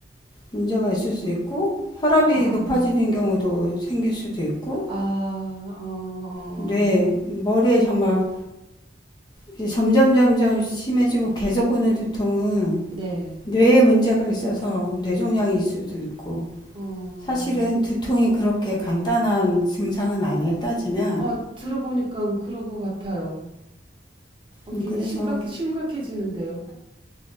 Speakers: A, on the left; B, on the right.
A: 문제가 있을 수 있고 혈압이
B: 아,
A: 높아지는 경우도 생길 수도 있고
B: 아, 아, 어, 어, 어,
A: 뇌 머리에
B: 어.
A: 정말 이제 점점 점점 심해지고 계속 오는 두통은
B: 네.
A: 뇌에 문제가 있어서 뇌종양일 수도 있고
B: 어.
A: 사실은 두통이 그렇게 간단한 증상은 아니에요 따지면
B: 어, 들어보니까 그런 것 같아요. 어,
A: 음,
B: 괜히
A: 그래서
B: 심각해, 심각해지는데요.